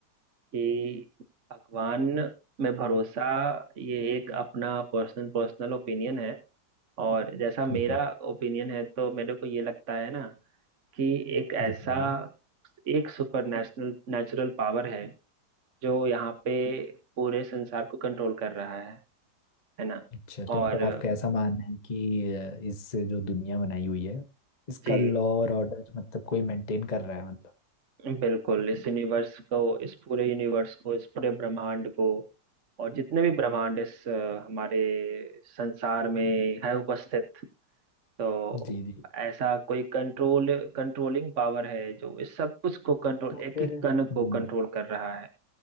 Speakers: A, on the right; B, on the left.
A: कि भगवान में भरोसा ये एक अपना पर्सनल पर्सनल ओपिनियन है और जैसा मेरा
B: जी
A: ओपिनियन है तो मेरे को ये लगता है ना कि एक
B: बताइए
A: ऐसा एक सुपर नेशनल नेचुरल पावर है जो यहाँ पे पूरे संसार को कंट्रोल कर रहा है है ना
B: अच्छा तो
A: और
B: मतलब आपका ऐसा मानना है कि अ, इस जो दुनिया बनाई हुई है इसका
A: जी
B: लॉ और ऑर्डर मतलब कोई मेंटेन कर रहा है मतलब
A: बिल्कुल इस यूनिवर्स को इस पूरे यूनिवर्स को इस पूरे ब्रह्मांड को और जितने भी ब्रह्मांड इस अ, हमारे संसार में है उपस्थित तो
B: जी जी
A: ऐसा कोई कंट्रोल कंट्रोलिंग पावर है जो इस सब कुछ को कंट्रोल
B: तो
A: एक
B: फिर
A: एक
B: हम्म
A: कण को कंट्रोल कर रहा है